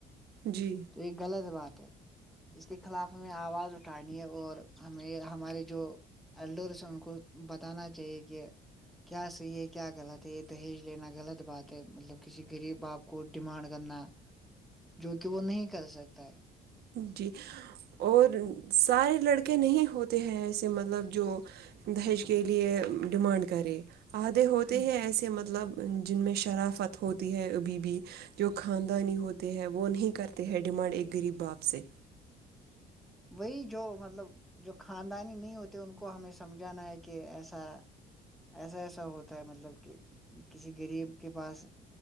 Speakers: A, on the right; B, in the centre.
A: جی
B: تو یہ غلط بات ہے اس کے خلاف ہمیں آواز اٹھانی ہے اور ہمیں ہمارے جو اللڈور سے ان کو بتانا چاہیے کہ کیا صحیح ہے کیا غلط ہے یہ دہیج لینا غلط بات ہے مطلب کسی غریب باپ کو ڈیمانڈ کرنا جو کہ وہ نہیں کر سکتا ہے
A: جی اور سارے لڑکے نہیں ہوتے ہیں ایسے مطلب جو دہج کے لیئے ڈیمانڈ کرے آھے ہوتے
B: ہے
A: ہیں ایسے مطلب جن میں شرافت ہوتی ہے بی بی جو خاندانی ہوتے ہے وہ نہیں کرتے ہیں ڈیمانڈ ایک غریب باپ سے
B: وہی جو مطلب جو خاندانی نہیں ہوتے ان کو ہمیں سمجھانا ہے کہ ایسا ایسا ایسا ہوتا ہے مطلب کہ کسی غریب کے پاس